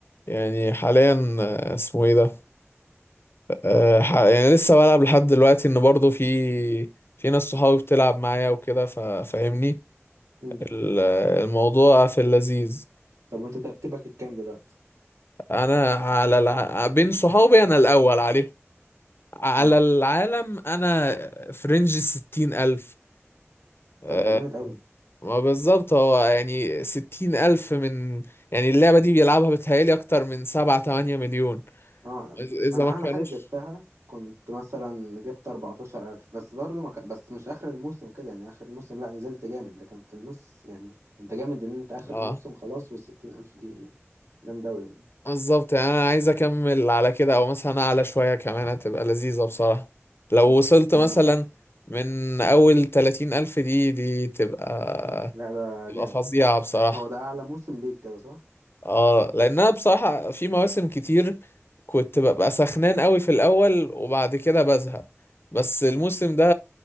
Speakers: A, on the left; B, on the right.
A: يعني حاليا آه، اسمه ايه ده أه ح- يعني لسه بلعب لحد
B: بت-
A: دلوقتي ان برضه في في ناس صحابي بتلعب معايا وكده ففاهمني
B: مم.
A: ال- الموضوع في اللذيذ
B: طب وانت ترتيبك الكام دلوقتي
A: انا على الع... بين صحابي انا الاول عليهم على
B: اه
A: العالم انا في رينج الستين الف آه،
B: طب ده جامد قوي
A: ما بالظبط هو يعني ستين ألف من يعني اللعبة دي بيلعبها بتهيألي أكتر من سبعة تمانية مليون
B: اه
A: إذ- إذا
B: انا
A: ما
B: اعلى
A: كانوش
B: حاجه جبتها كنت مثلا جبت 14000 بس برضو ما ك... بس مش اخر الموسم كده يعني اخر الموسم لا نزلت جامد لكن في النص يعني انت جامد ان انت اخر
A: اه
B: الموسم خلاص وال60000 دي جامده قوي يعني
A: بالظبط يعني أنا عايز أكمل على كده أو مثلا أعلى شوية كمان هتبقى لذيذة بصراحة لو
B: مم.
A: وصلت
B: لا
A: مثلا من أول تلاتين ألف دي دي تبقى
B: لا ده
A: تبقى
B: جامد
A: فظيعة بصراحة
B: هو ده اعلى موسم ليك كده صح
A: اه لان انا بصراحة في مواسم كتير كنت ببقى سخنان قوي في الاول وبعد كده بزهق بس الموسم
B: مم.
A: ده